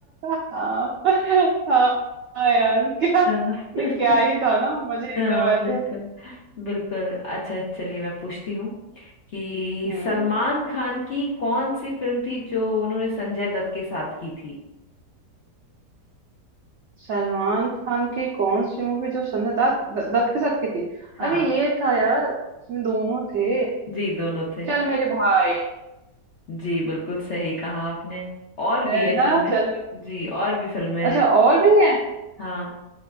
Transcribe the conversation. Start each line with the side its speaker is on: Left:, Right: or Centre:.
Right: हाँ <laughs> हाँ हाँ यार क्या
Left: हाँ
Right: ये
Left: <laughs>
Right: क्या ही था ना मजे
Left: हाँ,
Right: एकदम आए
Left: बिल्कुल
Right: थे
Left: बिल्कुल अच्छा चलिए मैं पूछती हूँ कि
Right: हम्म
Left: सलमान खान की कौन सी फिल्म थी जो उन्होंने संजय दत्त के साथ की थी
Right: सलमान खान की कौन सी मूवी जो संजय दत्त द- दत्त के साथ की थी
Left: हाँ
Right: अरे ये था यार इसमें दोनों थे
Left: जी दोनों थे
Right: चल मेरे भाई
Left: जी बिल्कुल सही कहा आपने और भी
Right: है
Left: है
Right: ना
Left: फिल्में
Right: चल मेरे-
Left: जी और भी फिल्में
Right: अच्छा
Left: हैं
Right: और भी है
Left: हाँ